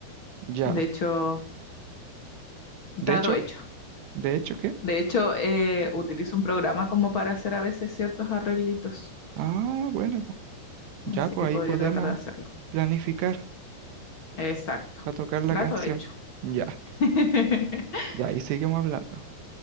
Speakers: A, on the right; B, on the left.
A: ya.
B: De hecho,
A: De
B: trato
A: hecho,
B: hecho.
A: de hecho, ¿qué?
B: De hecho, eh, utilizo un programa como para hacer a veces ciertos arreglitos.
A: Ah, bueno, po. Ya,
B: Así
A: pues
B: que
A: ahí
B: podría
A: podemos
B: tratar de hacerlo.
A: planificar
B: Exacto.
A: para tocar la
B: Trato
A: canción.
B: hecho.
A: Ya.
B: <laughs>
A: Ya ahí seguimos hablando.